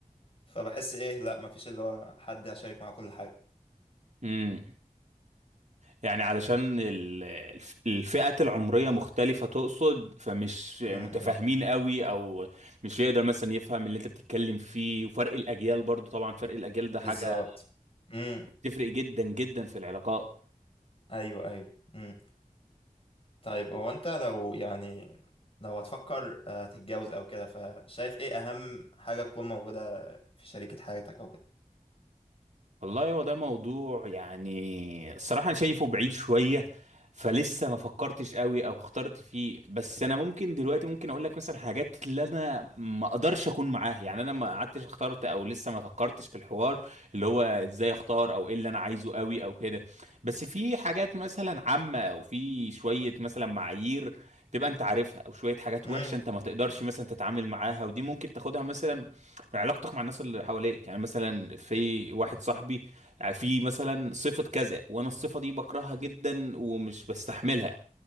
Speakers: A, on the left (about 45°); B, on the right (about 55°).
A: فبحس ايه لا مفيش اللي هو حد هشارك معاه كل حاجة
B: امم يعني علشان ال- الف- الفئات العمرية مختلفة تقصد فمش متفاهمين
A: امم
B: قوي او مش يقدر مثلا يفهم اللي انت بتتكلم فيه وفرق الاجيال برضو طبعا فرق الاجيال ده
A: بالظبط
B: حاجة
A: امم
B: بتفرق جدا جدا في العلاقات
A: ايوه ايوه امم طيب هو انت لو يعني لو هتفكر آه، تتجوز او كده فشايف ايه اهم حاجة تكون موجودة في شريكة حياتك او كده
B: والله هو ده موضوع يعني الصراحة أنا شايفه بعيد شوية فلسه ما فكرتش قوي أو اخترت فيه بس أنا ممكن دلوقتي ممكن أقول لك مثلا حاجات اللي أنا ما أقدرش أكون معاها يعني أنا ما قعدتش اخترت أو لسه ما فكرتش في الحوار اللي هو إزاي أختار أو إيه اللي أنا عايزه قوي أو كده بس في حاجات مثلا عامة أو في شوية مثلا معايير تبقى انت عارفها او شويه حاجات
A: امم
B: وحشه انت ما تقدرش مثلا تتعامل معاها ودي ممكن تاخدها مثلا في علاقتك مع الناس اللي حواليك يعني مثلا في واحد صاحبي يعني في مثلا صفة كذا وانا الصفة دي بكرهها جدا ومش بستحملها